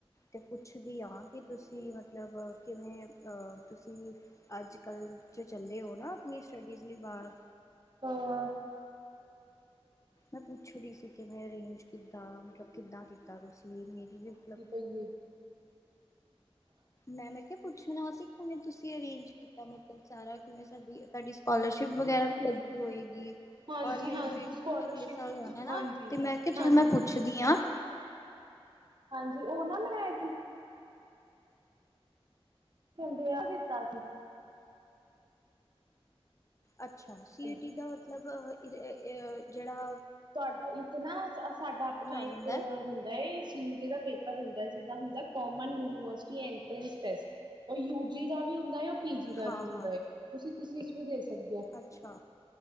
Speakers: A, on the left; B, on the right.
A: ਮੈ ਪੁੱਛਦੀ ਹ ਕਿ ਤੁਸੀਂ ਮਤਲਬ ਕਿਵੇਂ ਅ ਤੁਸੀਂ। ਅੱਜ ਕੱਲ੍ਹ ਜੋ ਚੱਲੇ ਹੋ ਨਾ ਆਪਣੀ ਸਟੱਡੀਜ਼ ਲਈ ਬਾਹਰ।
B: ਹਾਂ।
A: ਮੈਂ ਪੁੱਛ ਰਹੀ ਸੀ ਕਿ ਮੈਂ ਅਰੇਂਜ ਕਿੱਦਾਂ ਮਤਲਬ ਕਿੱਦਾਂ ਕੀਤਾ ਤੁਸੀਂ ਮੇਰੀ ਵੀ ਮਤਲਬ
B: ਹੋਈਏ।
A: ਮੈਂ ਮੈਂ ਕਿਹਾ ਪੁੱਛਣਾ ਸੀ ਕਿਵੇਂ ਤੁਸੀਂ ਅਰੇਂਜ ਮਤਲਬ ਸਾਰਾ ਕਿਵੇਂ ਸਾਡੀ ਤੁਹਾਡੀ ਸਕੋਲਰਸ਼ਿਪ ਵਗੈਰਾ ਵੀ ਲੱਗੀ ਹੋਏਗੀ।
B: ਹਾਂਜੀ
A: ਔਰ ਮੇਰੀ
B: ਹਾਂਜੀ
A: ਬੇਟੀ
B: ਸਕੋਲਰਸ਼ਿਪ
A: ਨੇ ਅਗਲੇ ਸਾਲ ਜਾਣਾ ਨਾ
B: ਹਾਂਜੀ
A: ਤੇ ਮੈਂ ਕਿਹਾ
B: ਹਾਂਜੀ
A: ਚੱਲ ਮੈਂ ਪੁੱਛਦੀ ਹਾਂ।
B: ਹਾਂਜੀ। ਉਹ ਨਾ ਮੈਂ। ਕਿੰਦੇ ਆ ਦਿੱਤਾ ਸੀ।
A: ਅੱਛਾ ਸੀਟੀ
B: ਹਾਂਜੀ
A: ਦਾ ਮਤਲਬ ਜਿੜਾ।
B: ਤੁਹਾਡਾ ਇੱਕ ਨਾ ਸਾਡਾ ਆਪਣਾ
A: ਜਾਂਦਾ
B: ਇੱਕ
A: ਹੈ
B: ਹੁੰਦਾ ਏ ਸੀ ਯੂ ਦਾ ਪੇਪਰ ਹੁੰਦਾ ਜਿਦਾਂ ਹੁੰਦਾ ਕੋਮਨ ਯੂਨੀਵਰਸਿਟੀ ਐਤਰਾਂਸ ਟੇਸਟ ਉਹ ਯੂ ਜੀ ਦਾ ਵੀ ਹੁੰਦਾ। ਪੀਜੀ ਦਾ
A: ਹਾਂ
B: ਵੀ ਹੁੰਦਾ
A: ਹਾਂ
B: ਤੁਸੀਂ ਕਿਸ ਚ ਵੀ ਦੇ ਸਕਦੇ ਹੋ।
A: ਅੱਛਾ